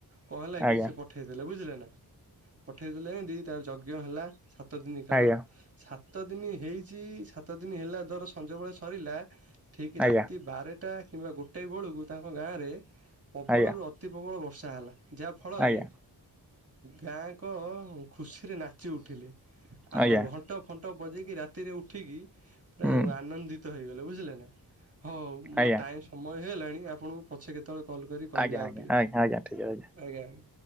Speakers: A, on the right (about 35°); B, in the centre.
A: କଣ ହେଲା
B: ଆଜ୍ଞା
A: ଗି ସେ ପଟ ଠେଇଦଲେ ବୁଝିଲେ ନା, ପଠାଇଦେଲେ ଏଁତି ତା ଯଜ୍ଞ ହେଲା ସାତଦିନି କାଳ।
B: ଆଜ୍ଞା
A: ସାତ ଦିନ ହେଇଛି, ସାତ ଦିନ ହେଲା ଧର ସଞ୍ଜବେଳେ ସରିଲା ଠିକ୍
B: ଆଜ୍ଞା
A: ରାତି ବାରଟା କିମ୍ବା ଗୋଟାଏ ବେଳକୁ ତାଙ୍କ ଗାଁରେ ପ୍ରବଳରୁ
B: ଆଜ୍ଞା
A: ଅତ୍ ଅତି ପ୍ରବଳ ବର୍ଷା ହେଲା। ଯାହାଫଳରେ
B: ଆଜ୍ଞା
A: ଗାଁଙ୍କ ଖୁସିରେ ନାଚି ଉଠିଲେ। ଆଉ
B: ଆଜ୍ଞା
A: ଘଣ୍ଟ ଫଣ୍ଟ ବଜେଇକି, ରାତିରେ ଉଠିକି, ପୁରା
B: ହୁଁ
A: ଆନନ୍ଦିତ ହେଇଗଲେ। ବୁଝିଲେ ନା! ହଉ ମୋ
B: ଆଜ୍ଞା
A: ଟାଇମ୍ ସମୟ ହେଇଗଲାଣି, ଆପଣଙ୍କୁ ପଛେ କେତେବେଳେ କଲ୍ କରି କହିବି,
B: ଆଜ୍ଞା
A: ଆଉ
B: ଆଜ୍ଞା
A: ଟିକେ।
B: ଆଜ୍ଞା ଆଜ୍ଞା ଠିକ୍ ଅଛି।
A: ଆଗ୍ୟା-ଆ।